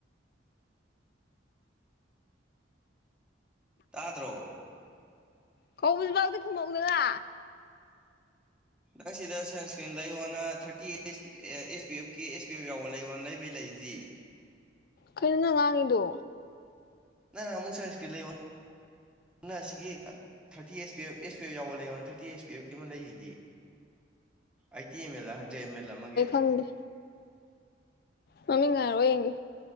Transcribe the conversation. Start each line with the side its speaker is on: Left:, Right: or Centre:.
Centre: ꯇꯥꯗ꯭ꯔꯣ
Left: ꯀꯧꯕꯁꯤꯕꯥꯎꯗꯤ ꯈꯨꯝꯃꯛꯎꯗꯅ
Centre: ꯅꯪ ꯁꯤꯗ ꯁꯟꯁꯀ꯭ꯔꯤꯟ ꯂꯩꯌꯣꯅ ꯊꯥꯔꯇꯤ ꯑꯦꯁ ꯄꯤ ꯑꯦꯐ ꯀ ꯑꯦꯁ ꯄꯤ ꯑꯦꯐ ꯌꯥꯎꯕ ꯂꯩꯌꯣꯅ ꯂꯩꯕꯩ ꯂꯩꯁꯤ꯭ꯗꯤ
Left: ꯀꯩꯅꯣ ꯅꯪ ꯉꯥꯡꯉꯤꯗꯣ
Centre: ꯅꯪ ꯑꯃꯨꯛ ꯁꯟꯏꯁꯀ꯭ꯔꯤꯟ ꯂꯩꯌꯣ ꯑꯗꯨꯅ ꯑꯁꯤꯒꯤ thirty S P F S P F ꯌꯥꯎꯕ ꯂꯩꯌꯣꯅ ꯊꯥꯔꯇꯤ ꯑꯦꯁ ꯄꯤ ꯑꯦꯐ ꯀꯤ ꯑꯃ ꯂꯩꯔꯤꯁꯤꯗꯤ eighty M L hundred M L ꯑꯃꯒꯤ
Left: ꯍꯪ ꯃꯃꯤꯡ ꯉꯥꯏꯔ ꯌꯦꯡꯒꯦ